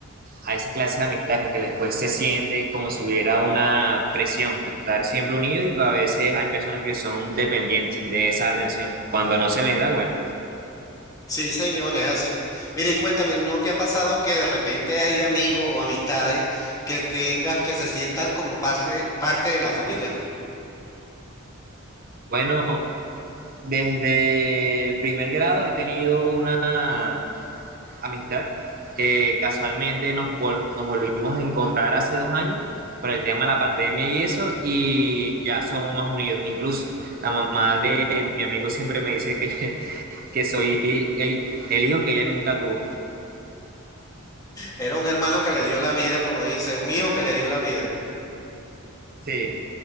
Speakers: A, on the right; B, on the left.
A: a esa clase de amistades porque después se siente como si hubiera una presión, estar siempre unidos y a veces hay personas que son dependientes de esa atención. Cuando no se les da, bueno.
B: Sí, señor, es así. Mira, y cuéntame, ¿no te ha pasado que de repente hay amigos o amistades que tengas que se sientan como parte, parte de la familia?
A: Bueno, desde el primer grado he tenido una amistad que casualmente nos, vol nos volvimos a encontrar hace dos años por el tema de la pandemia y eso, y ya somos más unidos. Incluso la mamá de mi amigo siempre me dice <laughs> que, que soy el, el, hijo que ella nunca tuvo.
B: Era un hermano que le dio la vida, como dice, un hijo que le dio la vida.
A: Sí,